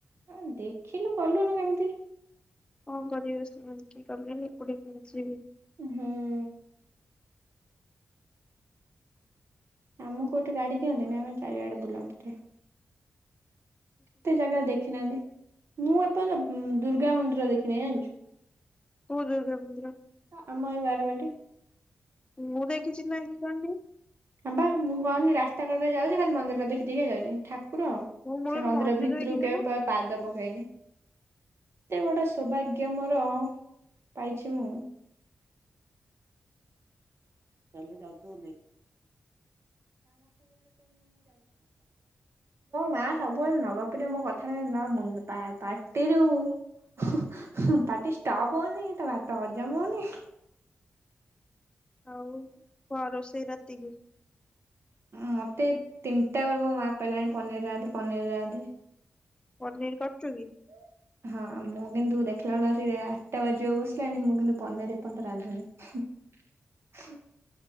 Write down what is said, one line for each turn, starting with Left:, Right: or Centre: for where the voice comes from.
Right: ହ ଦେଖିଲୁ ଗଲୁନୁ କେମିତି?
Left: କଣ କରିବ, ସେମାନେ କେହି ଗଲେନି, ଏକୁଟିଆ କେମିତି ଯିବି।
Right: ହୁଁ ହୁଁ। ଆମକୁ ଗୋଟେ ଗାଡ଼ି ଦିଅନ୍ତେନି, ଆମ ଚାରିଆଡ଼େ ବୁଲନ୍ତେ। କେତେ ଜାଗା ଦେଖିନାହାନ୍ତି, ମୁଁ ଏପର୍ଯ୍ୟନ୍ତ ଦୁର୍ଗା ମନ୍ଦିର ଦେଖିନି, ଜାଣିଚୁ?
Left: କୋଉ ଦୁର୍ଗା ମନ୍ଦିର?
Right: ଆମ ଏଇ ବାରବାଟୀ।
Left: ମୁଁ ଦେଖିଛିି <inaudible>
Right: ହଁ ବା ମୁଁ କହୁନି ରାସ୍ତା କଡ଼ରେ ଯାଉଛି ଖାଲି ମନ୍ଦିରଟା ଦେଖି ଦେଖିକା ଯାଉଛି। ଠାକୁର
Left: ମୁଁ ମୂଳରୁ
Right: ସେ ମନ୍ଦିର ଭିତରୁକୁ
Left: ଦେଖିଛି ନା
Right: କେବେ ପାଦ ପକେଇନି। ଏତେ ବଡ଼ ସୌଭାଗ୍ୟ ମୋର ପାଇଛି ମୁଁ <inaudible> ଯାଉଛି ମୋ ମା ସବୁବେଳେ ନଗ ଗପିଲେ ମୋ କଥାରେ ନ ମୁ ପା ପଟିରୁୁ ହୁ ହୁ ପାଟି ଷ୍ଟପ ହଉନି କି ତା ଭାତ ହଜମ ହଉନି।
Left: ଆଉ, କଣ ରୋଷେଇ ରାତିକି?
Right: ମୋତେ ତିନିଟା ବେଳକୁ ମୋ ମା କହିଲାଣି ପନିର ରାନ୍ଧେ ପନିର ରାନ୍ଧେ।
Left: ପନିର କରିଛୁ
Right: <inaudible>
Left: କି?
Right: ହଁ ମୁଁ କିନ୍ତୁ ଦେଖିଲା ବେଳ ଆସିକି ଆଠଟା ବାଜିବାକୁ ବସିଲାଣି ମୁଁ କିନ୍ତୁ ପନିର ଏପର୍ଯ୍ୟନ୍ତ ରାନ୍ଧୁନି। <unintelligible>